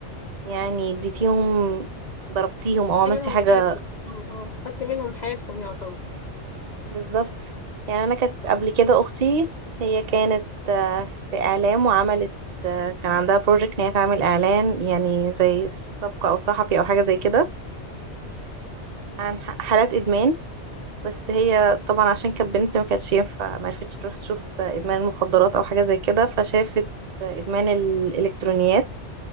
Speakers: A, on the right; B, on the left.
A: يعني اديتيهم ضربتيهم
B: خدتي
A: أو عملتي
B: منهم
A: حاجة
B: حياتهم اه آه، خدتي منهم حياتهم يعتبر
A: بالظبط يعني انا كانت قبل كده اختي هي كانت آه، في اعلام وعملت آه، كان عندها بروجكت ان هي تعمل اعلان يعني زي سبق او صحفي او حاجه زي كده عن ح- حالات ادمان بس هي طبعا عشان كانت بنت ما كانتش ينفع ما عرفتش تروح تشوف آه، ادمان المخدرات او حاجه زي كده فشافت آه، ادمان الالكترونيات